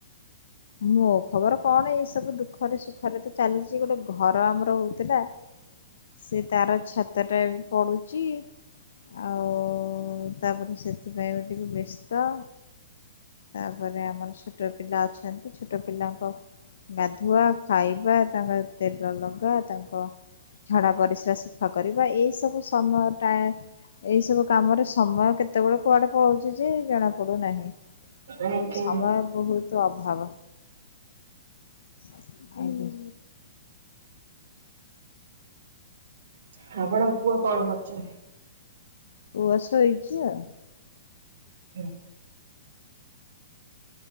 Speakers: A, on the left; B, on the right.
A: ମୋ ଖବର କଣ ଏଇ ସବୁ ଦୁଃଖରେ ସୁଖରେ ତ ଚାଲିଚି, ଗୋଟେ ଘର ଆମର ହୋଉଥିଲା ସେ ତାର ଛାତ ଟା ବି ପଡୁଚି। ଆଉ ତାପରେ ସେଥିପାଇଁ ବି ଟିକେ ବ୍ୟସ୍ତ। ତାପରେ ଆମର ଛୋଟ ପିଲା ଅଛନ୍ତି ଛୋଟ ପିଲାଙ୍କ ଗାଧୁଆ ଖାଇବା ତାଙ୍କର ତେଲ ଲଗା ତାଙ୍କ ଝଡ଼ା ପରିସ୍ରା ସଫା କରିବା ଏଇସବୁ ସମୟଟା ଏଇ ସବୁ କାମରେ ସମୟ କେତେବେଳେ କୁଆଡେ ପଳଉଛି ଯେ ଜଣା ପଡୁନାହିଁ।
B: ଆଜ୍ଞା
A: ସମୟ ବୋହୁତ ଅଭାବ ଅଇନେ।
B: <unintelligible> ପୁଅ କଣ କରୁଛନ୍ତି?
A: ପୁଅ ସୋଇଛି।
B: ହୁଁ